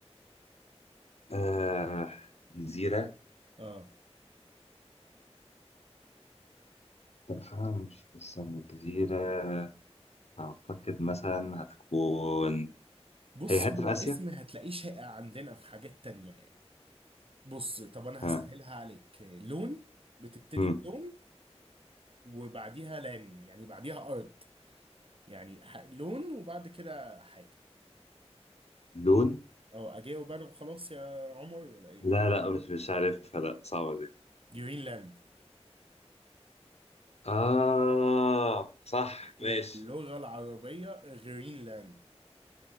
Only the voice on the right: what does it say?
اه
بص
هو
اسم
هتلاقيه شائع عندنا في حاجات تانية يعني بص طب انا
هسهلها عليك آه، لون بتبتدي
بلون وبعديها لان يعني بعديها ارض يعني ح- لون وبعد كده حاجة
اه اجاوب انا وخلاص يا عمر ولا ايه
جرينلاند
واللغة
العربية غرينلاند